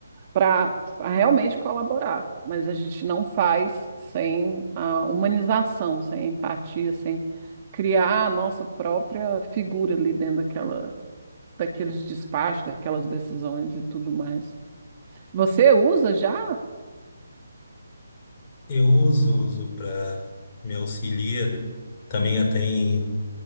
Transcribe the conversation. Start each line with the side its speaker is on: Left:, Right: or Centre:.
Right: para realmente colaborar, mas a gente não faz sem a humanização, sem empatia, sem criar a nossa própria figura ali dentro daquela, daqueles despachos, daquelas decisões e tudo mais. Você usa já?
Left: Eu uso, uso para me auxiliar também até em